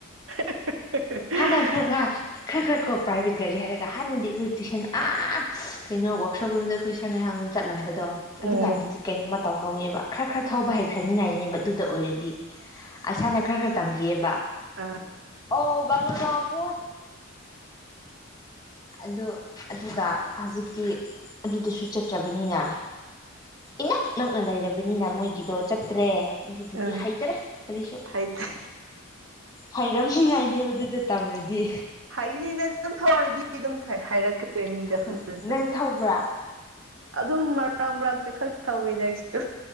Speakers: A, on the right; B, on the left.
A: <unintelligible>
B: ꯍꯥꯟꯅ ꯈꯔ ꯈꯔ ꯈꯔ ꯈꯔ ꯀꯣ ꯄ꯭ꯔꯥꯏꯚꯦꯠ ꯒꯥꯔꯤ ꯍꯥꯏꯔꯒ ꯍꯥꯟꯅꯗꯤ ꯑꯩꯈꯣꯏ ꯇꯨꯏꯁꯟ ꯑꯥ ꯀꯩꯅꯣ ꯋꯥꯛꯁꯣꯞ ꯔꯨꯝꯝꯗ ꯑꯩꯈꯣꯏ ꯁꯔꯅꯩꯍꯥꯡꯂꯣꯝ ꯆꯠꯂꯝꯕꯗꯣ
A: ꯎꯝ
B: ꯑꯗꯨꯀꯥꯟꯗꯗꯤ ꯀꯩꯅꯣꯝꯃ ꯇꯧꯍꯧꯋꯦꯕ ꯈꯔ ꯈꯔ ꯊꯧꯕ ꯍꯩꯈ꯭ꯔꯅꯤꯡꯉꯥꯏꯅꯦꯕ ꯑꯗꯨꯗ ꯑꯣꯏꯔꯗꯤ ꯁꯔꯅ ꯈꯔ ꯈꯔ ꯇꯝꯕꯤꯌꯦꯕ
A: ꯑ
B: ꯑꯣ <unintelligible> ꯑꯗꯣ ꯑꯗꯨꯒ ꯍꯧꯖꯤꯛꯇꯤ ꯑꯗꯨꯗꯁꯨ ꯆꯠꯇ꯭ꯔꯕꯅꯤꯅ ꯏꯅꯛ ꯅꯛꯅ ꯂꯩꯔꯕꯅꯤꯅ ꯃꯣꯏꯒꯤꯗꯣ ꯆꯠꯇ꯭ꯔꯦ ꯑꯗꯨꯗꯗꯤ
A: ꯑ
B: ꯍꯩꯇ꯭ꯔꯦ ꯀꯔꯤꯁꯨ
A: ꯍꯩꯇꯦ
B: ꯍꯩꯔꯝꯃꯤ ꯉꯥꯏꯅꯦ ꯑꯗꯨꯏꯗꯨ ꯇꯝꯔꯗꯤ
A: ꯍꯥꯏꯅꯤ ꯅꯪ ꯑꯗꯨꯝ ꯊꯧꯔꯗꯤ ꯑꯗꯨꯝ ꯍꯥꯏꯔꯛꯀꯅꯤꯗ
B: ꯍꯣꯏ
A: ꯅꯪꯁꯨ
B: ꯅꯪꯗꯤ ꯊꯧꯕ꯭ꯔꯥ
A: ꯑꯗꯨꯝ ꯃꯔꯛ ꯃꯔꯛꯇ ꯈꯛ ꯇꯧꯋꯤꯗ ꯑꯩꯁꯨ